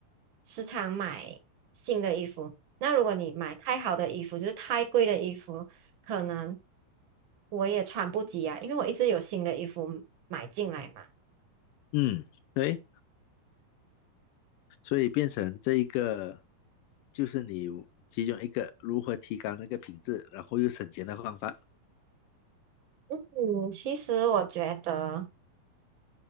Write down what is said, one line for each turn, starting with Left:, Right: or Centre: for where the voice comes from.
Right: 时常买新的衣服，那如果你买太好的衣服，就是太贵的衣服，可能我也穿不及啊，因为我一直有新的衣服买进来嘛。
Left: 嗯，对，所以变成这一个就是你其中一个如何提高那个品质，然后又省钱的方法。
Right: 嗯，其实我觉得